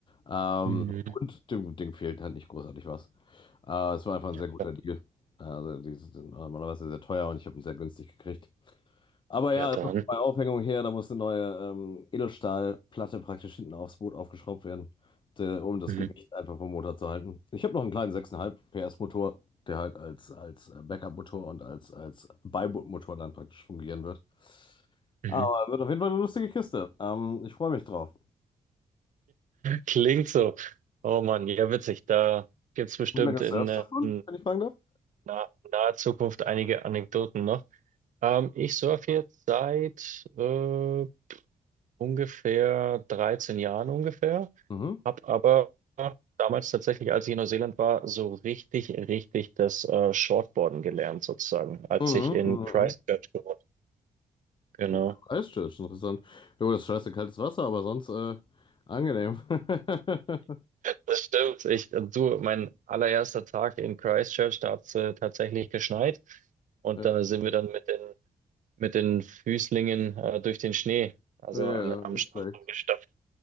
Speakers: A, on the left; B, on the right.
A: Ähm,
B: Mhm.
A: und dem Ding fehlt halt nicht großartig was. Äh, es war einfach ein
B: Ja,
A: sehr guter
B: klar.
A: Deal. Also die sind normalerweise sehr teuer und ich habe ihn sehr günstig gekriegt. Aber
B: Ja,
A: ja,
B: dann.
A: es muss eine neue Aufhängung her, da muss eine neue ähm, Edelstahlplatte praktisch hinten aufs Boot aufgeschraubt werden, de, um das
B: Mhm.
A: Gewicht einfach vom Motor zu halten. Ich habe noch einen kleinen 6,5 PS Motor, der halt als, als Backup-Motor und als, als Beibootmotor dann praktisch fungieren wird.
B: Mhm.
A: Aber wird auf jeden Fall eine lustige Kiste. Ähm, ich freue mich drauf.
B: Klingt so. Oh Mann, ja, witzig. Da gibt's bestimmt
A: Wie lange surfst
B: in, äh,
A: du schon,
B: in
A: wenn ich fragen darf?
B: na, naher Zukunft einige Anekdoten noch. Ähm, ich surfe jetzt seit äh, ungefähr 13 Jahren ungefähr,
A: Mhm.
B: hab aber damals tatsächlich, als ich in Neuseeland war, so richtig, richtig das äh, Shortboarden gelernt sozusagen, als
A: Mhm.
B: ich in
A: Mhm.
B: Christchurch gewohnt. Genau.
A: mhm. Christchurch, interessant. Jo, das ist scheiße kaltes Wasser, aber sonst äh, angenehm. <laughs>
B: Das stimmt. Ich, du, mein allererster Tag in Christchurch, da hat es äh, tatsächlich geschneit. Und
A: Ja,
B: da sind wir dann mit den, mit den Füßlingen äh, durch den Schnee, also
A: ja,
B: an, am
A: nicht
B: Strand
A: schlecht.
B: rumgestapft.